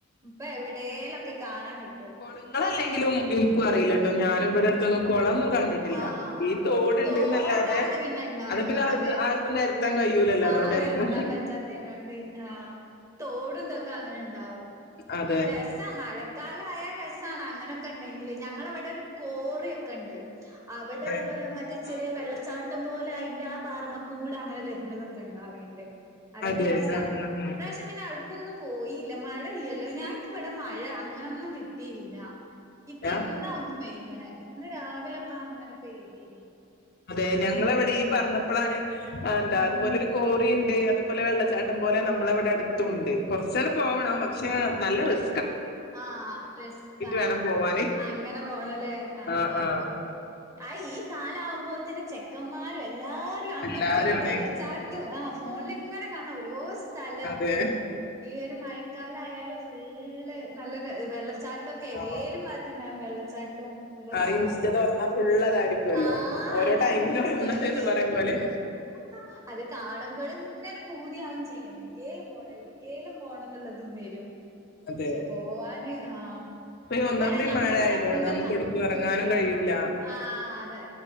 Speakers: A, on the right; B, on the left.
A: പ്പൊ എവിടടേലുക്കെ കാണാൻ കി
B: കൊളങ്ങളല്ലെങ്കിലും ഇൻക്കു അറീലട്ടോ ഞാനും ഇവട ട്ത്തൊന്നും കൊളം ന്ന് കണ്ടിട്ടില്ല
A: ആഹ് ആഹ്
B: ഈ
A: ആഹ്
B: തോട്ണ്ട്ന്നല്ലാതെ
A: തോടാണ് പിന്നെ ഇണ്ടാവ
B: അത് പിന്നെ അവർക്ക്
A: അതെ
B: ആർക്കു നേര ത്താൻ കഴൂലല്ലോ
A: ആഹ്
B: അതോണ്ടായിരിക്കും
A: നിർത്താൻ പറ്റാത്തേനോണ്ട് ആഹ് തോടും തൊക്കെ അങ്ങനണ്ടാവും
B: അതെ
A: രസ മഴ കാലായാൽ രസാണ് അങ്ങനെക്കെ ണ്ടെങ്കില് ഞങ്ങളവിടെരു കോറിയൊക്കെണ്ട് അവിടതേപോലെ
B: അതെ
A: മറ്റേ ചെറിയ
B: ആ
A: വെള്ളച്ചാട്ടം
B: കോറി
A: പോലെ അതിന്റെ ആ പാറമ്മ കൂടെ അങ്ങനെ വരുന്നത്. ഉണ്ടണ്ട് അതൊക്കെ
B: അതെ
A: രസ
B: ആ ആ
A: പിന്നെ
B: ആ
A: അ ഞനക്കൊന്നും പോയില്ല മഴ ഇല്ലല്ലോ ഞങ്ങക്ക് ഇവിടെ മഴ അങ്ങനൊന്നും കിട്ടിയില്ല. ഇപ്പൊ
B: യാ.
A: ഇന്നാ ഒന്ന് പെയ്യണേ ഇന്ന് രാവിലെപ്പ അങ്ങനെ പെയ്തീന്.
B: അതെ ഞങ്ങള എവിടെ ഈ പറഞ്ഞപ്പോളാണ്. എന്താ
A: ഉം
B: അതുപോലെരു. കോറിണ്ട് അതുപോലെ വെള്ളച്ചാട്ടം പോലെ നമ്മള അവിടെ അടുത്തുംണ്ട്. കുറച്ച ആട് പോവണം പക്ഷെ നല്ല റിസ്
A: ആസ്
B: വേണം പോവാന്
A: അങ്ങനെ പോണല്ലേ ആഹ.
B: ആ ആ
A: അ ഈ കാലാവുമ്പോത്തെ ചെക്കന്മാര്. എല്ലാരും അങ്ങനത്തെരു
B: എല്ലാരും അവിടെക്കും
A: വെള്ളച്ചാട്ടും.
B: ഉം
A: ആ ഫോണില് എങ്ങനെ കാണാം ഓരോ സ്ഥലം
B: അതെ
A: ഈ ഒരു മഴക്കാലയാല ഫുള്ള് നല്ല വെള്ള ള്ളച്ചാട്ടൊക്കെ ഏതേങ്കലും
B: ആ
A: പാത്തുണ്ടാവും വെള്ളച്ചാട്ടും. ഇതൊക്കെ
B: ആ ഇൻസ്റ്റ
A: ആയിട്ട്.
B: തുറന്നാ ഫുള്ള് അതായിരിക്കുവല്ലോ
A: ആഹ
B: ഓരോ
A: അതാണ്
B: ടൈമിന്
A: ഇൻസ്റ്റയില്.
B: ഓരോന്നാണെന്ന് പറയും പോലെ
A: ആ അത് കാണുമ്പോഴും ഇങ്ങനെ പൂതിയാവുംയും ചെയ്യാം എവിടരിക്കേലും പോണം. എവിടക്കേലും പോണം. എന്നുള്ളത്. ഇ വരും
B: അതെ
A: പക്ഷെ പോവാന് ആഹ
B: ഇപ്പൊ ഈ ഒന്നാമത്
A: ഇവിടെ ഞങ്ങള
B: ഈ മഴ
A: ഇവിടെ
B: ആയതുകൊണ്ട്
A: ഇങ്ങനെ
B: നമുക്ക് ഒടുക്കും ഇറങ്ങാനും കഴിയൂല
A: ആ അതെ?